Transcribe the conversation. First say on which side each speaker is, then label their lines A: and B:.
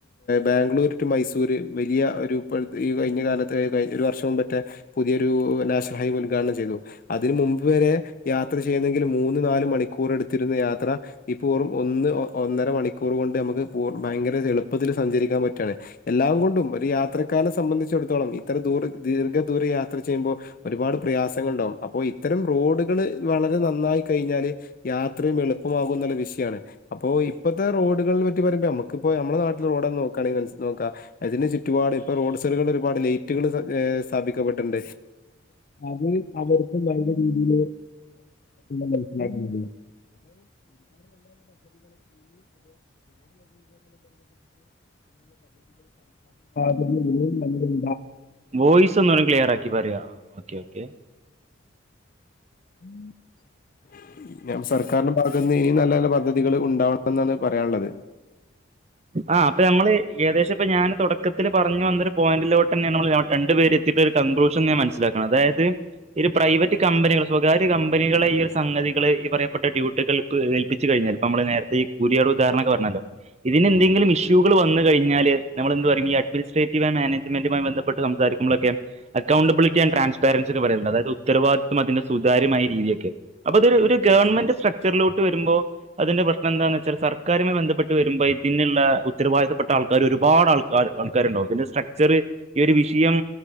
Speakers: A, on the left; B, on the right.
A: ബാംഗ്ലൂർ ടു മൈസൂര് വലിയ ഒരു ഇപ്പട്ത്ത് ഇപ്പോ ഈ കഴിഞ്ഞ കാലത്ത് ഒരു വർഷം മുൻപറ്റെ പുതിയൊരു നാഷണൽ ഹൈവേ ഉദ്ഘാടനം ചെയ്തു അതിന് മുമ്പ് വരെ യാത്ര ചെയ്യുന്നെങ്കിൽ മൂന്ന് നാല് മണിക്കൂർ എടുത്തിരുന്ന യാത്ര ഈപ്പോ വെറും ഒന്ന് ഒന്നര മണിക്കൂർ കൊണ്ട് നമുക്ക് പൂർ ഭയങ്കര എളുപ്പത്തിൽ സഞ്ചരിക്കാൻ പറ്റാണ് എല്ലാം കൊണ്ടും ഒരു യാത്ര ക്കാനെ സംബന്ധിച്ചിടത്തോളം ഇത്ര ദൂർ ദീർഘദൂര യാത്ര ചെയ്യുമ്പോ ഒരുപാട് പ്രയാസങ്ങൾ ഉണ്ടാകും അപ്പൊ ഇത്തരം റോഡുകള് വളരെ നന്നായി കഴിഞ്ഞാല് യാത്രയും എളുപ്പമാകും എന്നുള്ള വിഷയമാണ് അപ്പൊ ഇപ്പത്തെ റോഡുകളെ പറ്റി പറയുമ്പോ ഞമ്മക്ക് ഇപ്പൊ നമ്മളെ നാട്ടിലെ റോഡന്നെ നോക്കാണെങ്കിൽ മനസ്സി നോക്കു അതിന് ചുറ്റുപാട് ഇപ്പൊ റോഡ് സൈടുകളിൽ ഒരുപാട് ലൈറ്റുകൾ സ്ഥാപിക്കപ്പെട്ടുണ്ട് അത് അവർക്ക നല്ല രീതിൽ മനസിലാക്കിയിട്ടുണ്ട് നിലവിൽ
B: വോയിസ് ഒന്നുക്ലിയർ ആക്കി പറയോ ആ ഓക്കെ ഓക്കെ
A: <inaudible> ഞാൻ സർക്കാരിന്റെ ഭാഗത്തുനിന്ന് ഇനി നല്ല നല്ല പദ്ധതികള് ഉണ്ടാവണമെന്നാണ് പറയാനുള്ളത്
B: ആഹ് അപ്പൊ നമ്മള് ഏകദേശം ഇപ്പൊ ഞാൻ തുടക്കത്തില് പറഞ്ഞു വന്നൊരു പോയിന്റിലോട്ട് തന്നെ നമ്മള് രണ്ട പേര് എത്തിയിട്ട ഒരു കൺക്ലൂഷൻ ഞാൻ മനസ്സിലാക്കണം അതായത് ഈ ഒരു പ്രൈവറ്റ് കമ്പനികൾ സ്വകാര്യ കമ്പനികളെ ഈ ഒരു സംഗതികള് ഈ പറയപ്പെട്ട ഡ്യൂട്ടികൾ ഏൽപ്പിച്ച് കഴിഞ്ഞാല് നമ്മള് നേരത്തെ ഈ കൂരിയാട് ഉദാഹരണൊക്കെ പറഞ്ഞല്ലോ ഇതിനെന്തങ്കിലും ഇഷ്യൂകൾ വന്ന് കിഞ്ഞാൽ നമ്മളെന്ത് പറയും ഈ അഡ്മിനിസ്‌ട്രെറ്റീവ് ആൻഡ് മാനേജ്മെന്റുമായി ബന്ധപ്പെട്ട് സംസാരിക്കുമ്പോക്കെ അക്കൗണ്ടബിലിറ്റി ആൻറ് ട്രാൻസ്പരൻസി ഒക്കെ പറയുന്നുണ്ട് അതായത് ഉത്തരവാദിത്തം അതിന്റെ സുതാര്യമായ രീതിയെക്കെ അപ്പോ അതൊ ഒരു ഗവമെന്റ് സ്ട്രക്ചറിലോട്ട് വരുമ്പോ അതിന്റെ പ്രശ്നം എന്താന്ന് വച്ചാൽ സർക്കാരുമായി ബന്ധപ്പെട്ട് വരുമ്പോ പിന്നെയുള്ള ഉത്തരവാദിത്തപ്പെട്ട ആൾക്കാർ ഒരുപാട് ആൾക്കാർ കണ്ടോ പിന്നെ സ്ട്രക്ചർ ഈ ഒരു വിഷയം